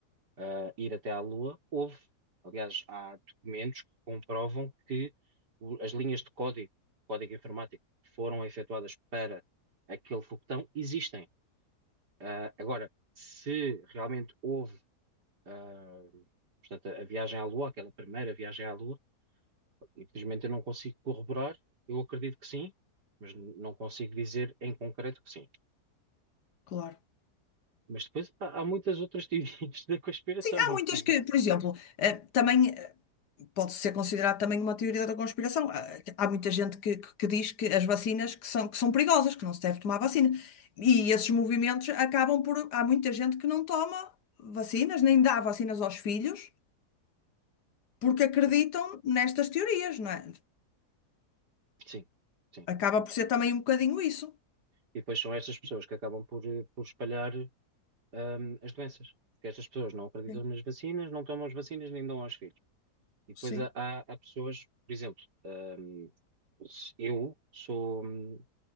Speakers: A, on the right (about 85°); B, on the left (about 80°).
A: ah, ir até à Lua. Houve, aliás, há documentos que comprovam que o- as linhas de código, código informático, que foram efetuadas para aquele foguetão existem. Ah, agora, se realmente houve, ah, portanto, a a viagem à Lua, aquela primeira viagem à Lua, infelizmente eu não consigo corroborar, eu acredito que sim. Mas n- não consigo dizer em concreto que sim.
B: Claro.
A: Mas depois há, há muitas outras teorias <laughs> da conspiração,
B: Sim, há
A: não
B: muitas
A: fico.
B: que, por exemplo, eh, também. pode ser considerado também uma teoria da conspiração. Há há muita gente que, que- que diz que as vacinas que são, que são perigosas, que não se deve tomar vacina. E esses movimentos acabam por. Há muita gente que não toma vacinas, nem dá vacinas aos filhos, porque acreditam
A: Sim,
B: nestas teorias, não é?
A: sim. sim.
B: Acaba por ser também um bocadinho isso.
A: E depois são estas pessoas que acabam por, eh, por espalhar, hum, as doenças. Porque estas pessoas não acreditam
B: Sim,
A: nas vacinas, não tomam as vacinas, nem dão aos filhos. E depois
B: sim,
A: há, há- há pessoas, por exemplo, hum, se eu sou, hum,